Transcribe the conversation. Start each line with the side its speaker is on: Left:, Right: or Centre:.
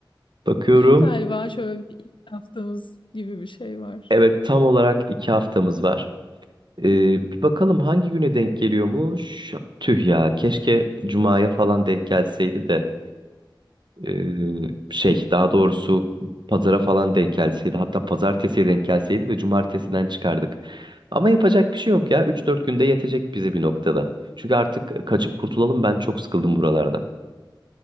Right: Bakıyorum.
Left: Galiba şöyle bir yaptığımız gibi bir şey var.
Right: Evet tam olarak iki haftamız var. Ee, bir bakalım hangi güne denk geliyormuş? Tüh ya, keşke Cuma'ya falan denk gelseydi de ee, şey daha doğrusu pazara falan denk gelseydi hatta pazartesiye denk gelseydi de cumartesiden çıkardık. Ama yapacak bir şey yok ya üç dört günde yetecek bizi bir noktada. Çünkü artık kaçıp kurtulalım ben çok sıkıldım buralardan.